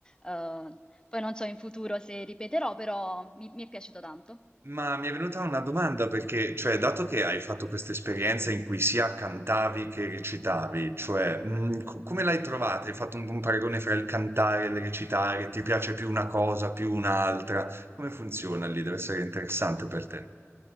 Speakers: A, on the left (about 15°); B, on the right (about 50°).
A: Eh, poi non so in futuro se ripeterò, però mi mi è piaciuto tanto.
B: Ma mi è venuta una domanda perché, cioè, dato che hai fatto questa esperienza in cui sia cantavi che recitavi, cioè, mh, co- come l'hai trovata? Hai fatto un, un paragone fra il cantare e il recitare? Ti piace più una cosa, più un'altra? Come funziona lì? Deve essere interessante per te.